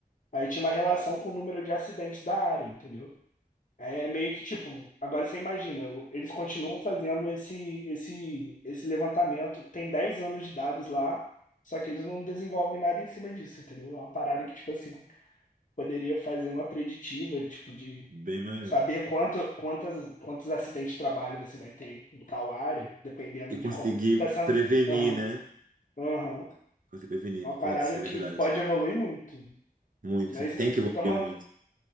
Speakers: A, on the left (about 55°); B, on the right (about 55°).
A: aí tinha uma relação com o número de acidentes da área, entendeu? Aí era meio que tipo, agora você imagina, o- eles continuam fazendo esse, esse, esse levantamento, tem 10 anos de dados lá, só que eles não desenvolvem nada em cima disso, entendeu? É uma parada que, tipo assim, poderia fazer uma preditiva, tipo, de
B: bem melhor.
A: Saber quanto, quantas, quantos acidentes de trabalho você vai ter em tal área, dependendo
B: E
A: de
B: conseguir
A: como está sendo.
B: prevenir,
A: Aham,
B: né?
A: aham.
B: Conseguir prevenir,
A: É Uma
B: putz,
A: parada
B: isso é
A: que
B: verdade.
A: pode evoluir muito.
B: Muito,
A: Mas
B: tem
A: estamos
B: que evoluir muito.